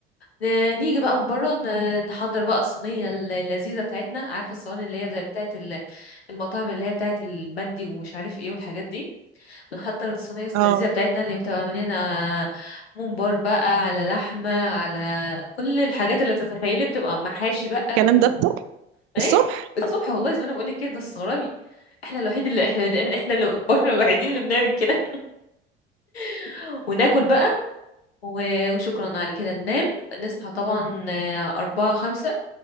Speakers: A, on the left; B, on the right.
A: ن- نيجي بقى من بره ن- نحضر بقى الصينيه الل- اللذيذه بتاعتنا عارفه الصواني اللي هي زي بتاعه ال- المطاعم اللي هي بتاعه المندي ومش عارف ايه والحاجات دي بنحضر الصينيه اللذيذه
B: اه
A: بتاعتنا اللي بتبقى مليانه ممبار بقى على لحمه على كل الحاجات اللي تتخيلي بتبقى محاشي بقى
B: الكلام ده الصبح
A: ايه
B: الصبح
A: الصبح والله زي ما انا بقول لك كده تستغربي احنا الوحيد اللي احنا احنا اللي بشر الوحيدين اللي بنعمل كده <laughs> وناكل بقى و- وشكرا على كده ننام نصحى طبعا آه، أربعة خمسة